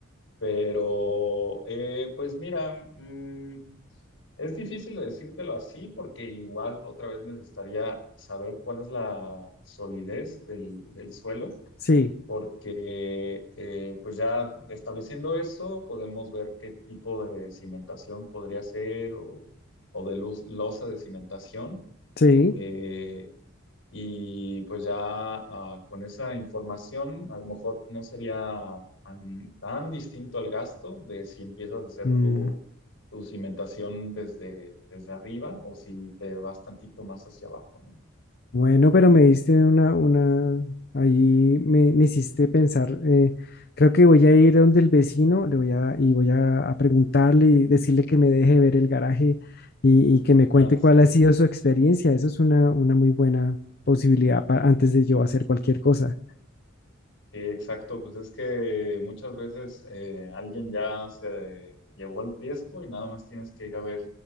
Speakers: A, on the left; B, on the left.
A: Pero, eh, pues mira, mm, es difícil decírtelo así porque igual otra vez necesitaría saber cuál es la solidez del, del suelo,
B: Sí,
A: porque eh, pues ya estableciendo eso podemos ver qué tipo de cimentación podría ser o, o de luz, losa de cimentación.
B: sí.
A: Eh, y pues ya ah, con esa información, a lo mejor no sería tan, tan distinto el gasto de si empiezas a hacer
B: Mm.
A: tu, tu cimentación desde, desde arriba o si te vas tantito más hacia abajo, ¿no?
B: Bueno, pero me diste una, una, ahí me, me hiciste pensar, eh, creo que voy a ir donde el vecino, le voy a, y voy a, a preguntarle y decirle que me deje ver el garaje y, y que me cuente
A: Ah, sí,
B: cuál ha sido su experiencia. Eso es una, una muy buena posibilidad para, antes de yo hacer cualquier cosa.
A: sí, exacto. Pues es que muchas veces eh, alguien ya se llevó el riesgo y nada más tienes que ir a ver